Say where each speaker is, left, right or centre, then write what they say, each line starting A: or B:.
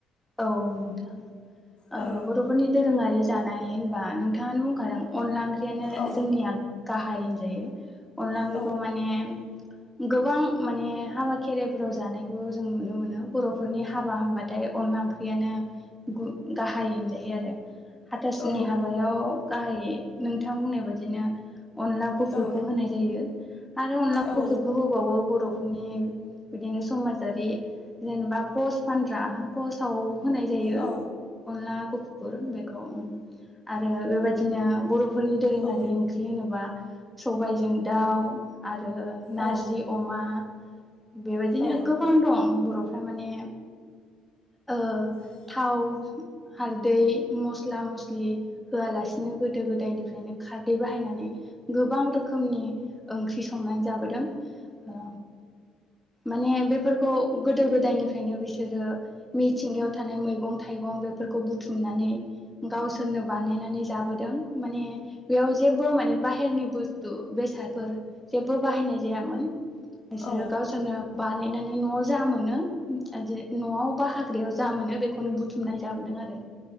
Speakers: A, in the centre; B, on the left.
A: औ नोंथां।
B: औ
A: बर'फोरनि दोरोङारि जानाय होनबा नोंथाङानो बुंखादों अनला ओंख्रियानो
B: औ
A: जोंनिया गाहाय होनजायो। अनला ओंख्रिखौ
B: औ
A: माने गोबां माने हाबा खेराइफोराव जानायखौ जों नुनो मोनो बर'फोरनि हाबा होनबाथाय अनला ओंख्रियानो गाहाय होनजायो आरो। हाथासुनि
B: औ
A: हाबायाव गाहाय नोंथां बुंनाय बायदिनो अनला गुफुरखौ
B: औ
A: होनाय जायो आरो अनला
B: औ
A: गुफुरखौ होबावो बर' नि बिदिनो समाजारि जेनेबा पस्ट फानग्रा पस्टआव होनाय जायो
B: औ
A: अनला गुफुर बेखौ आरो बेबायदिनो बर' फोरनि दोरोङारि
B: औ
A: ओंख्रि होनोबा सबायजों दाउ आरो नारजि
B: औ
A: अमा बेबायदिनो
B: औ
A: गोबां दं बर' थारमाने ओ
B: औ
A: थाव हारलदै मस्ला मस्लि होआलासिनो गोदो गोदायनिफ्रायनो खारदै बाहायनानै गोबां रोखोमनि ओंख्रि संनानै जाबोदों ओ माने बेफोरखौ गोदो गोदायनिफ्रायनो बिसोरो मिथिंगायाव थानाय मैगं थाइगं बेफोरखौ बुथुमनानै गावसोरनो बानायनानै जाबोदों माने बेयाव जेबो माने बाहेरनि बुस्थु बेसादफोर जेबो बाहायनाय जायामोन बिसोरो
B: औ
A: गावसोरनो बानायनानै न'आव जा मोनो जे न'आव बा हाग्रायाव जा मोनो बेखौनो बुथुमनाय जाबोदों आरो